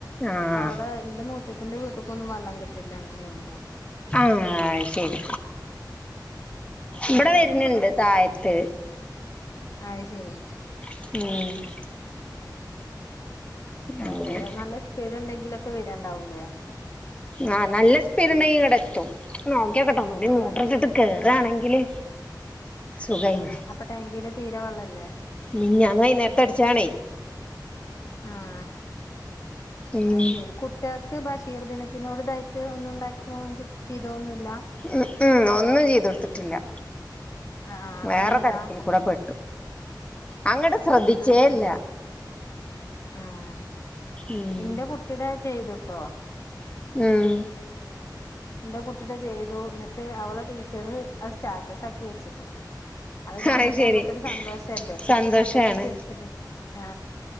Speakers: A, on the left; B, on the left.
A: ആഹ്
B: അപ്പൊ അവടെ ന്റെ മൂത്തച്ഛന്റെ വീട്ട്ക്കൊന്നും വെള്ളം കിട്ടില്ല അങ്ങനാവുമ്പോ.
A: ആഹ് ശെരി ഇവടെ
B: ഞങ്ങൾക്കും
A: വെര്ണ് ഉണ്ട് തായത്ത്.
B: അഹ് ശരി.
A: ഉം.
B: ആഹ്. ആ
A: അങ്ങനെ
B: ചെലെന്ന് നല്ല സ്പീഡ് ണ്ടെങ്കിലെക്കെ വെരെ ണ്ടാവൂലെ
A: ആ നല്ല സ്പീഡ്ണ്ടെങ്കി ഇങ്ങടെ എത്തും നോക്കിയ കേട്ടോന്നൂടി
B: ആഹ്
A: മോട്ട്റിട്ട്ട്ട് കേറാണെങ്കില് സുഖയിനു.
B: ആഹ് അപ്പൊ ടാങ്കില് തീരെ വെള്ളല്ലേ
A: മിനിഞ്ഞാന്ന് വൈന്നേര്ത്ത അടിച്ചാണേ.
B: ആഹ്
A: ഉം
B: അഹ് ശെരി കു കുട്ട്യേൾക്ക് ബഷീർ ദിനത്തിനോട് ഇതായിട്ട് ഒന്നും ണ്ടാക്കിയന്നും ചെയ്തൊന്നുല്ല
A: മ് ഉം ഒന്നും ചെയ്ത് തോട്ത്തിട്ടില്ല
B: ആഹ് ആഹ്
A: വേറെ
B: അതെന്താ
A: തെരക്കിൽ കൂടെ പെട്ടു. അങ്ങട്ട് ശ്രദ്ധിച്ചേല്ല.
B: അത് ശരി ആഹ്
A: ഉം
B: ഇന്റെ കുട്ടീടെ ചെയ്തുട്ടോ.
A: ഉം.
B: ന്റെ കുട്ടീടെ ചെയ്തു ന്ന്ട്ട് അവളെ ടീച്ചറ് അഹ് സ്റ്റാറ്റസ് ആക്കി വെച്ച്ക്ക്ണു. അഹ് കാണുമ്പത്തേ
A: അത് ശരി
B: അമ്മക്കൊര് സന്തോഷല്ലേ കുട്ടി
A: സന്തോഷാണ്
B: കണ്ടിട്ട് ചിരിച്ചിട്ട് ആ